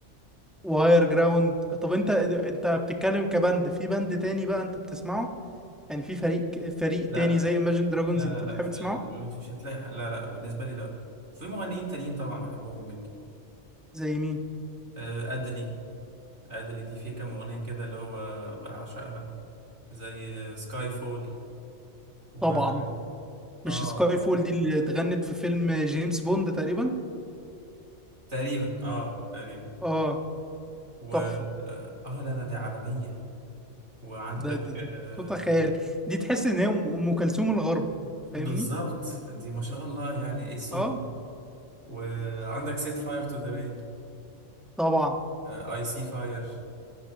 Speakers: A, in the centre; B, on the right.
A: وهاير جراوند طب انت انت بتتكلم كبند في بند تاني بقى انت بتسمعه يعني في فريق فريق
B: لا
A: تاني زي Imagine Dragons
B: لا
A: انت
B: لا لا
A: بتحب
B: فعلا
A: تسمعه
B: مش هتلاقي حق. لا لا بالنسبة لي لا في مغنيين تانيين طبعا بحبهم جدا
A: زي مين
B: آه، أدلي أدلي دي في كام أغنية كده اللي هو بعشقها زي سكاي فول و
A: طبعا مش
B: اه
A: سكاي فول دي اللي اتغنت في فيلم جيمس بوند تقريبا
B: تقريبا اه تقريبا
A: اه
B: و
A: تحفة
B: اه لا لا دي عالمية وعندك
A: ده ده ده
B: آه
A: صوتها خيال دي تحس ان هي ام أم كلثوم الغرب فاهمني
B: بالظبط دي ما شاء الله يعني ايه الصوت
A: اه
B: ده وعندك سيت فاير تو ذا رين
A: طبعا
B: واي سي فاير